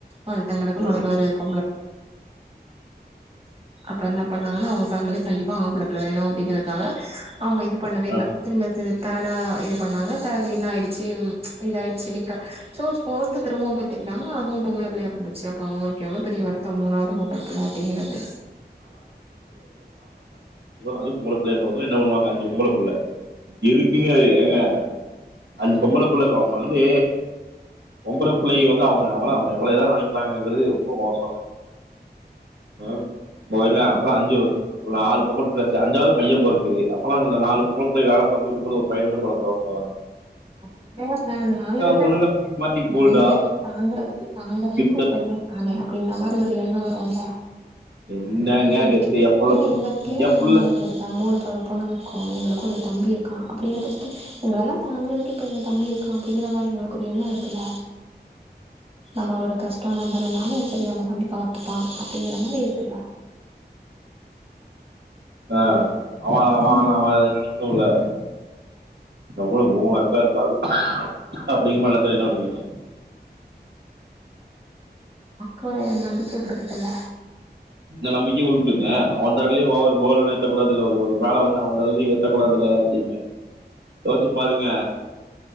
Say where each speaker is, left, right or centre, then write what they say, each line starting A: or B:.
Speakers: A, on the right; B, on the right.
A: ஒருத்தங்ளுக்கு
B: ம்
A: மொதல்ல ஒரு பொம்பள அப்ப என்ன பண்ணாங்ன்னா அவங்க மிலி கண்டிப்பா ஆம்பலத்துல வேணு அப்டிங்கறதுக்காக அவங்க இது பண்ணவே
B: ஆ
A: இல்ல. திரும்ப அது திரு தாடா இது பண்ணாங்க. தேர்ட் என்னாட்ய்ச்சி? ம் இதாய்ட்ச்சி. ஸோ போர்த் திரும்பவு பெத்துக்கிட்டாங்க. அதுவு பொம்பள பிள்ளையா பிறந்திருச்சி. அப்றொ அவங்ளுக்கு பெரிய வருத்த மூணாவது பொம்பள பிளாட்டிகிறது
B: அது பொம்பள பிள்ளையா பொறந்ததுனா என்ன பண்ணுவாங்க? அஞ்சு பொம்பள பிள்ள. எதுக்கீங்க இது ஏங்க? அஞ்சி பொம்பள பிள்ளை அவங்க வந்து பொம்பள பிள்ளைய இவங்க அவங்க எவ்வளவு இதா நெனைக்கிறாங்கறது ரொம்ப மோசங்க. அஹம் போதுன்ன அப்றொ அஞ்சி நாலு பொம்பள பிள்ள அஞ்சாவது பையன் பொறக்கிது. அப்பன்னா அந்த நாலு பொம்பள பிள்ளய வேலை பாத்துட் இது கூட ஒரு பையன மட்டு வளத்துவாங்க அவங்க.
A: அப்டியா அந்த நாலு பேர்ட்ட,
B: பொண்ணுங்களா மாதிரி போல்டா
A: நாலு பேருக்கு தாங்குறதுக்கு தாங்குறதுக்கு
B: கெத்தா
A: ஒரு பையெ இருக்கான்னே அப்டிங்கற மாரி ஒரு எண்ணொ வருல்ல.
B: என்னங்க
A: எங்க வீட்ல
B: கெத்து என் புள்ள
A: ஏங்க
B: பு
A: எங்க வீட்லயு
B: என்
A: நாங்க
B: புள்ள
A: மூணு பேரு தா. மூணு ப பொண்ணுங்க இருக்கோ. எங்களுக்கு ஒரு தம்பி தம்பி இருக்கா. அப்டிங்கற பட்சத்துல எங்கள எல்லா தாங்கறதுக் இப்ப எங்க தம்பி இருக்கா அப்டிங்கற மாரி எங்ளுக் கொரு எண்ணொ இருக்குல்ல நம்ம ஒரு கஷ்டம் வந்தனுனால சரி நம்ம தம்பி பாத்துப்பா அப்டிங்கிற மாரி இருக்குல்ல.
B: ஆஹ் அவனா அவெ
A: ம்
B: ஆளாவா எது நெனெக்க ணுல நம்ளு மூணு அக்கா இருக்காது அப்டி மலைச்சா என்ன பண்ணுவீங்க
A: கூட அ நம்பிக்க குடுக்குதுல்ல
B: இந்த நம்பிக்க <unintelligible> அவ தலலயிலே ஓவர் பர்டன் ஏத்தக் கூடாதுல்ல ஒரு ஒரு பாரோ வந்து அவந் தலையிலேயே ஏத் த்தக்கூடாதுல்ல எல்லாத்தியுமே தோச்சு பாருங்க